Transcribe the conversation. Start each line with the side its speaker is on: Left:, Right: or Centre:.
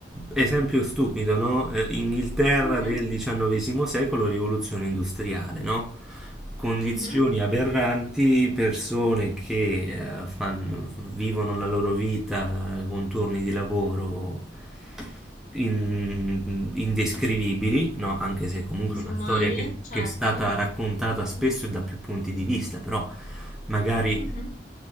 Centre: esempio stupido, no? Eh, Inghilterra
Left: mhm,
Centre: del XIX secolo, rivoluzione industriale, no? Condizioni
Left: mhm,
Centre: aberranti, persone che eh, fanno- vivono la loro vita con turni di lavoro in- indescrivibili, no? Anche se comunque
Left: Disumani,
Centre: è una storia che
Left: certo.
Centre: che è stata raccontata
Left: Mhm,
Centre: spesso e da più punti di vista, però magari
Left: mhm,